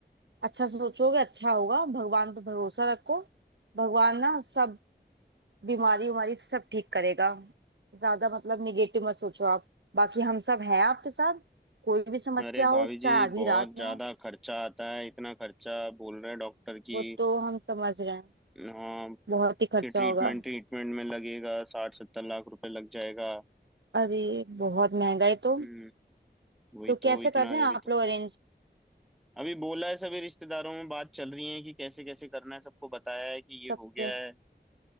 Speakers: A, on the right (about 85°); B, in the centre.
A: अच्छा सोचोगे अच्छा होगा भगवान पर भरोसा रखो भगवान ना सब बीमारी उमारी सब ठीक करेगा ज्यादा मतलब निगेटिव मत सोचो आप बाकी हम सब हैं आपके साथ कोई भी समस्या
B: अरे भाभी
A: हो
B: जी
A: चाहे आधी
B: बहुत
A: रात
B: ज्यादा
A: में हो
B: खर्चा आता है इतना खर्चा बोल रहे हैं डॉक्टर की
A: वो तो हम समझ रहे हैं
B: हाँ
A: बहुत ही खर्चा
B: कि ट्रीटमेंट
A: होगा
B: ट्रीटमेंट में लगेगा साठ सत्तर लाख रुपए लग जाएगा
A: अरे बहुत महंगा है तो
B: हम्म वही
A: तो
B: तो
A: कैसे
B: इतना
A: कर रहे हैं
B: अभी
A: आप
B: तो
A: लोग अरेंज
B: अभी बोला है सभी रिश्तेदारों में बात चल रही है कि कैसे कैसे करना है सबको बताया है कि ये
A: सबसे
B: हो गया है